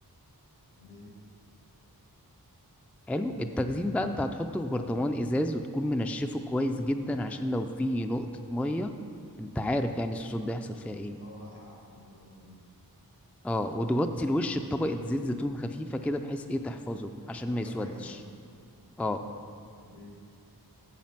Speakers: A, on the left; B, in the centre.
A: تمام
B: حلو التخزين بقى أنت هتحطه في برطمان إزاز وتكون منشفه كويس جدا عشان لو فيه نقطة مية أنت عارف يعني الصوصات ده يحصل فيها إيه
A: اه هيعفن بقى وكده
B: اه وتغطي الوش بطبقة زيت زيتون خفيفة كده بحيث إيه تحفظه عشان
A: اه
B: ما
A: يبقى
B: يسودش
A: عازل
B: اه
A: تمام